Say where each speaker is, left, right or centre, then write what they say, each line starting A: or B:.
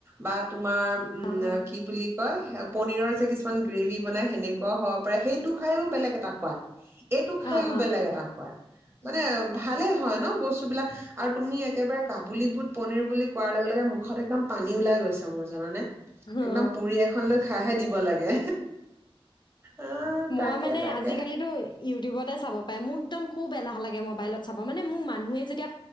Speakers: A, on the right; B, on the left.
A: বা তোমাৰ উম
B: অ', অ',
A: কি বুলি <unintelligible> পনীৰৰ যে কিছুমান গ্ৰেভী বনাই সেনেকুৱা হব পাৰে সেইটো খাইও বেলেগ এটা সোৱাদ। খায়ো
B: অ', অ',
A: বেলেগ এটা সোৱাদ
B: উম,
A: মানে ভালে হয় ন বস্তুবিলাক আৰু তুমি একেবাৰে কাবুলী বুট পনিৰ বুলি কোৱাৰ লগে লগে মুখত একদম পানী ওলাই গৈছ মই জানানে একদম
B: অ',
A: পুৰি এখন লৈ খাইহে দিব লাগে আহ
B: মই
A: তাকে
B: মানে
A: তাকে
B: আজিকালিতো ইউটিউবত প মোক একম খুব বাহ লাগে মবাইলত চাব মানে মোক মানুহে যেতিয়া